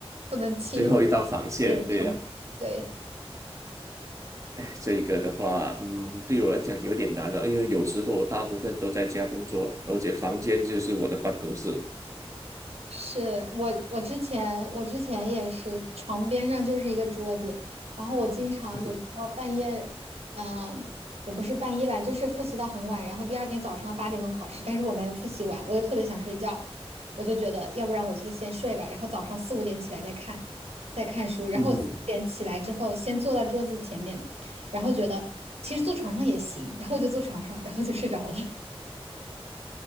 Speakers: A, on the right; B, on the right.
A: 不能侵入
B: 最后一道防线，
A: 人生。
B: 对呀、
A: 对。
B: 哎，这个的话，嗯，对我来讲有点难了，因为有时候我大部分都在家工作，而且房间就是我的办公室。
A: 是我，我之前我之前也是床边上就是一个桌子，然后我经常有时候半夜，
B: <laughs> 嗯
A: 嗯、也不是半夜吧，就是复习到很晚，然后第二天早上八点钟考试，但是我没有复习完，我又特别想睡觉，我就觉得要不然我就先睡吧，然后早上四五点起来再看，再看书，然后我四五点起来之后先坐到桌子前面，
B: 嗯哼，
A: 然后觉得其实坐床上也行，然后就坐床上，然后就睡着了。